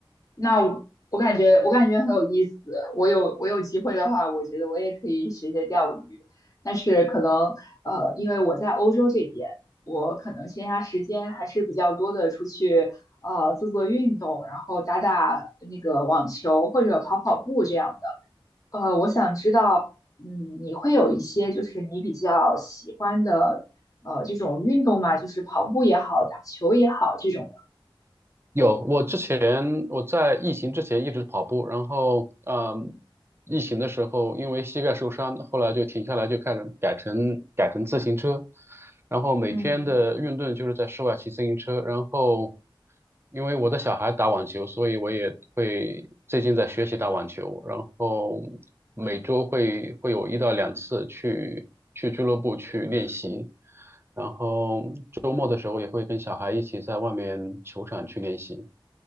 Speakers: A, on the left (about 40°); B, on the right (about 25°).
A: 那我我感觉我感觉很有意思。我有我有机会的话，我觉得我也可以学学钓鱼，但是可能呃，因为我在欧洲这边，我可能闲暇时间还是比较多的，出去呃做做运动，然后打打那个网球或者跑跑步这样的。呃，我想知道，嗯，你会有一些就是你比较喜欢的，呃，这种运动嘛，就是跑步也好，打球也好，这种的。
B: 有，我之前我在疫情之前一直跑步，然后嗯，疫情的时候因为膝盖受伤，后来就停下来，就开始改成改成自行车，然后每天的运动就是在室外骑自行车，
A: 嗯
B: 然后因为我的小孩打网球，所以我也会最近在学习打网球，然后每周会会有一到两次去去俱乐部去练习。然后周末的时候也会跟小孩一起在外面球场去练习。